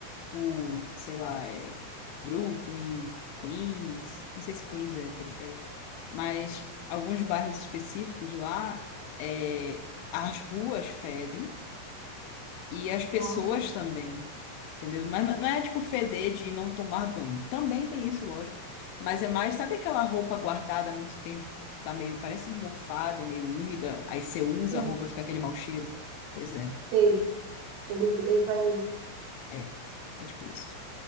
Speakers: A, on the left; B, on the right.
A: o, sei lá, é Brooklyn, Queens, não sei se Queens é periférico, mas alguns bairros específicos lá, é, as ruas fedem. E as pessoas
B: Nossa.
A: também, entendeu? Mas não não é tipo feder de não tomar banho. Também tem isso, lógico. Mas é mais, sabe aquela roupa guardada há muito tempo, que tá meio, parece mofada, meio úmida, aí você usa
B: Sim.
A: a roupa e fica aquele mau cheiro? Pois é,
B: Sei, ele, ele faz isso.
A: é. É tipo isso.